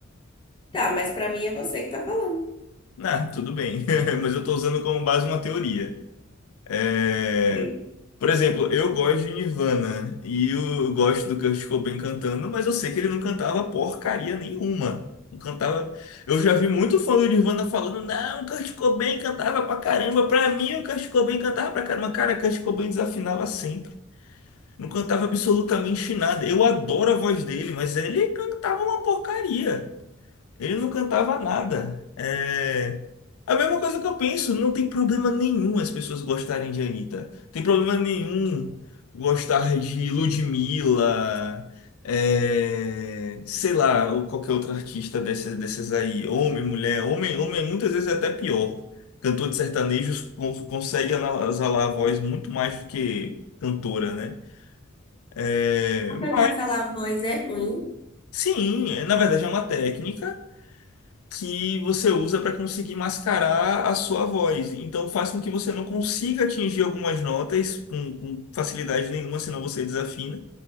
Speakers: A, on the left; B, on the left.
A: Tá, mas pra mim é você que tá falando.
B: Ah, tudo bem, <laughs> mas eu tô usando como base uma teoria. É.
A: É.
B: Por exemplo, eu gosto de Nirvana e eu gosto do Kurt Cobain cantando, mas eu sei que ele não cantava porcaria nenhuma. Não cantava. Eu já vi muito fã do Nirvana falando, não, o Kurt Cobain cantava pra caramba. Pra mim, o Kurt Cobain cantava pra caramba. Cara, o Kurt Cobain desafinava sempre. Não cantava absolutamente nada. Eu adoro a voz dele, mas ele cantava uma porcaria. Ele não cantava nada. É, é a mesma coisa que eu penso, não tem problema nenhum as pessoas gostarem de Anitta. Tem problema nenhum gostar de Ludmilla, é, sei lá, ou qualquer outro artista desses, desses aí. Homem, mulher, homem, homem é muitas vezes é até pior. Cantor de sertanejos con- consegue exalar a voz muito mais do que cantora, né? É,
A: Cada
B: Mas
A: naquela voz é ruim.
B: sim, é- na verdade é uma técnica. que você usa para conseguir mascarar a sua voz. Então faz com que você não consiga atingir algumas notas com, com facilidade nenhuma, senão você desafina,